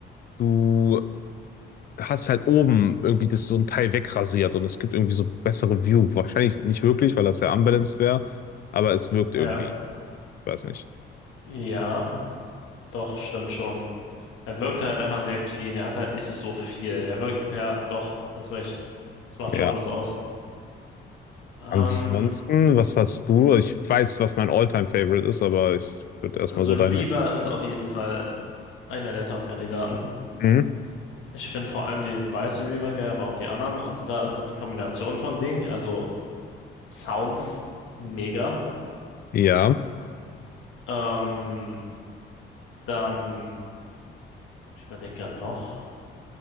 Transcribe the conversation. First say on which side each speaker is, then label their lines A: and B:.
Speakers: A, on the left; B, on the left.
A: du hast halt oben irgendwie das so ein Teil wegrasiert und es gibt irgendwie so bessere View. Wahrscheinlich nicht wirklich, weil das ja unbalanced wäre, aber es wirkt
B: Ja.
A: irgendwie. Ich weiß nicht.
B: Ja, doch, stimmt schon. Er wirkt halt einfach sehr clean. Er hat halt nicht so viel. Er wirkt, ja, doch, hast recht. Das macht
A: Ja.
B: schon was aus. Ähm,
A: Ansonsten, was hast du? Ich weiß, was mein All-Time-Favorite ist, aber ich würde erstmal
B: Also
A: so
B: Reaver
A: deine.
B: ist auf jeden Fall einer der Top-Kandidaten.
A: Mhm.
B: Ich finde vor allem die weiße Reaver geil, aber auch die anderen. Und da ist es eine Kombination von Dingen. Also Sounds mega.
A: Ja.
B: Ähm, dann, ich überlege gerade noch,